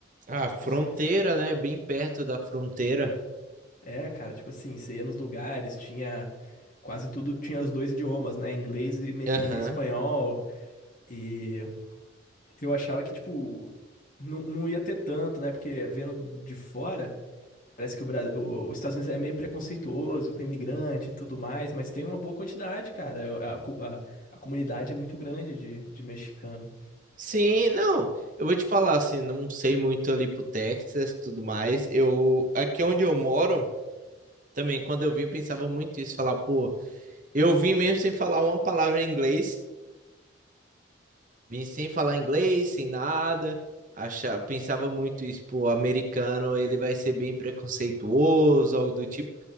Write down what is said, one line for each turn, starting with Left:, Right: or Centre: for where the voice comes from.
Right: Ah, fronteira,
Left: Eu não sei. se-
Right: né? Bem perto da fronteira.
Left: É, cara, tipo assim, você ia nos lugares, tinha quase tudo, tinha os dois idiomas, né? Inglês e, me-
Right: Aham.
Left: e espanhol. E eu achava que, tipo, não, não ia ter tanto, né? Porque vendo de fora. Parece que o Brasil, os Estados Unidos é meio preconceituoso com imigrante e tudo mais, mas tem uma boa quantidade, cara. É, A, cu- a, a comunidade é muito grande de, de mexicano.
Right: Sim, não. Eu vou te falar assim, não sei muito ali pro Texas, tudo mais. Eu aqui onde eu moro, Também, quando eu vim, eu pensava muito isso, falar, pô, eu vim mesmo sem falar uma palavra em inglês, vim sem falar inglês, sem nada, achava, pensava muito isso, pô, americano, ele vai ser bem preconceituoso, algo do tipo,